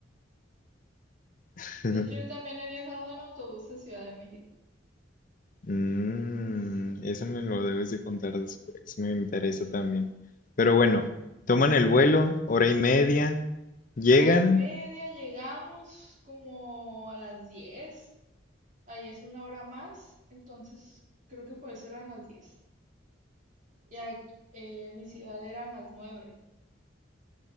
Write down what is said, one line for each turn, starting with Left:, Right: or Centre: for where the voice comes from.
Left: <laughs>
Right: De hecho, yo también he viajado en autobús a Ciudad de México.
Left: Mm,
Right: Sí,
Left: eso me lo debes de contar después, me interesa
Right: sí.
Left: también. Pero bueno, toman el vuelo, hora y media, llegan.
Right: Hora y media, llegamos como a las 10. Ahí es una hora más, entonces creo que por eso eran las 10. Y aquí, eh, en mi ciudad eran las 9.